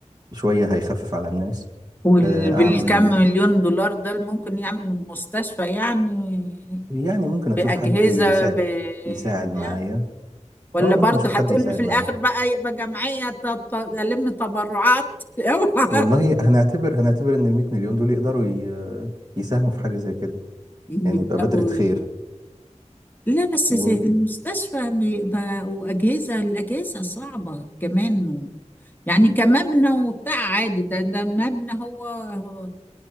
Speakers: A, on the right; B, on the left.
A: شوية هيخفف على الناس
B: وبالكم
A: آه، اعمل
B: مليون دولار ده اللي ممكن يعمل مستشفى يعني
A: يعني ممكن اشوف
B: بأجهزة
A: حد يساعد يساعد
B: بتاع
A: معايا
B: ولا
A: اه ممكن
B: برضه
A: اشوف
B: هتقول
A: حد يساعد
B: لي في الاخر
A: معايا
B: بقى يبقى جمعيه ت- ت- الم تبرعات <laughs> اوعى
A: والله هنعتبر هنعتبر ان ال 100 مليون دول يقدروا ي- يساهموا في حاجه زي كده
B: يبداوا
A: يعني يبقى بذرة خير
B: ي- لا بس
A: و
B: زي المستشفى بيبقى واجهزه الاجهزه صعبه كمان و- يعني كمبنى وبتاع عادي ده ده المبنى هو هو